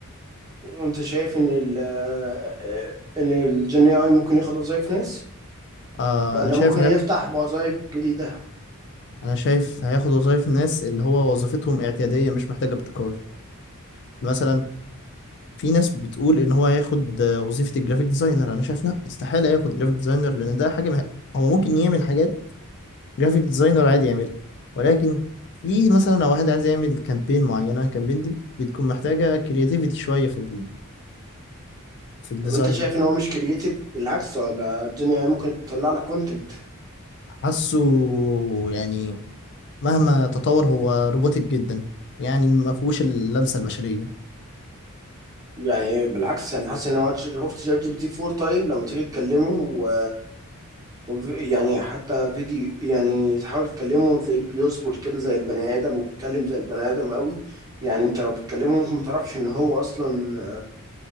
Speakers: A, on the right (about 15°); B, on the left (about 50°).
A: انت شايف ان ال آه، ان الجن اي ممكن ياخد وظايف ناس
B: آه
A: ولا
B: انا شايف
A: ممكن
B: هياخد
A: يفتح وظايف جديدة
B: انا شايف هياخد وظائف ناس اللي هو وظيفتهم اعتيادية مش محتاجة ابتكار مثلا في ناس بتقول ان هو هياخد آه، وظيفة الجرافيك ديزاينر انا شايف لا استحالة ياخد جرافيك ديزاينر لان ده حاجة مه... هو ممكن يعمل حاجات جرافيك ديزاينر عادي يعملها ولكن في مثلا لو واحد عايز يعمل كامبين معينة الكامبين دي بتكون محتاجة كرياتيفيتي شوية في ال... في الديزاين
A: طب انت شايف ان هو مش كرييتيف بالعكس هو ده الدنيا ممكن تطلع لك كونتنت
B: حاسه يعني مهما تطور هو روبوتك جدا يعني ما فيهوش اللمسة البشرية
A: يعني بالعكس انا حاسس ان هو شفت شات جي بي تي 4 طيب لما تيجي تكلمه و... وف- يعني حتى فيديو يعني تحاول تكلمه وتلاقيه بيصبر كده زي البني ادم وبيتكلم زي البني ادم قوي يعني انت لو بتكلمه ممكن ما تعرفش ان هو اصلا